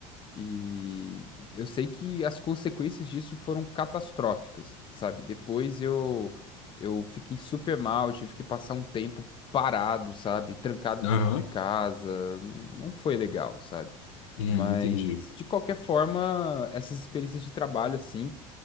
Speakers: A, on the left; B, on the left.
A: E eu sei que as consequências disso foram catastróficas, sabe? Depois eu eu fiquei super mal, tive que passar um tempo parado, sabe? Trancado
B: Aham.
A: dentro de casa. Não não foi legal, sabe?
B: Hum,
A: Mas
B: Entendi.
A: de qualquer forma, essas experiências de trabalho assim